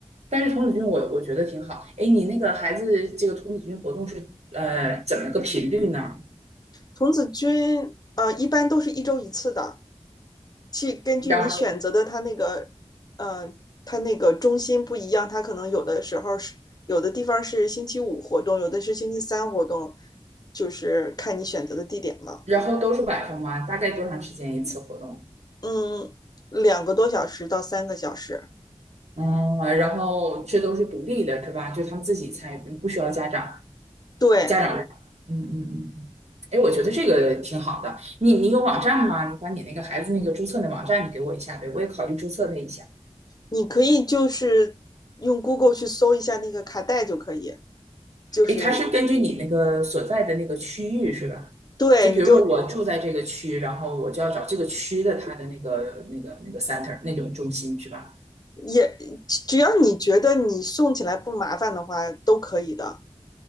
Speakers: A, on the right; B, on the left.
A: 但是童子军我我觉得挺好。哎，你那个孩子这个童子军活动是呃怎么个频率呢？
B: 童子军呃一般都是一周一次的，去根据你选择的它那个
A: 然后
B: 呃它那个中心不一样，它可能有的时候是有的地方是星期五活动，有的是星期三活动，就是看你选择的地点了。
A: 然后都是晚上吗？大概多长时间一次活动？
B: 嗯，两个多小时到三个小时，
A: 嗯，然后这都是独立的，是吧？就他们自己参与，不需要家长
B: 对，
A: 家长。嗯嗯嗯。哎，我觉得这个挺好的。你你有网站吗？你把你那个孩子那个注册的网站你给我一下呗，我也考虑注册他一下。
B: 你可以就是用 Google 去搜一下那个卡带就可以，就是
A: 诶，他是根据你那个所在的那个区域是吧？
B: 对，
A: 就比如说我住在这个区，
B: 你就
A: 然后我就要找这个区的它的那个那个那个 center 那种中心是吧？
B: 也只要你觉得你送起来不麻烦的话，都可以的。